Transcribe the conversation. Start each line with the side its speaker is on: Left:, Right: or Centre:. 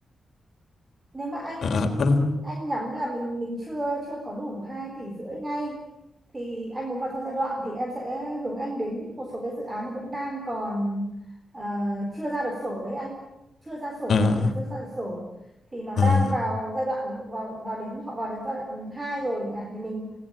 Right: nếu mà anh
Left: À, à, à, đúng.
Right: anh nhắm là mình mình chưa chưa có đủ hai tỷ rưỡi ngay thì anh muốn vào theo giai đoạn thì em sẽ hướng anh đến một số cái dự án nó vẫn đang còn ờ, chưa ra được sổ đấy anh chưa ra sổ
Left: à,
Right: chứ không phải là chưa ra được sổ thì nó
Left: à,
Right: đang vào giai đoạn ví dụ vào vào đến họ vào đến giai đoạn 2 rồi chẳng hạn thì mình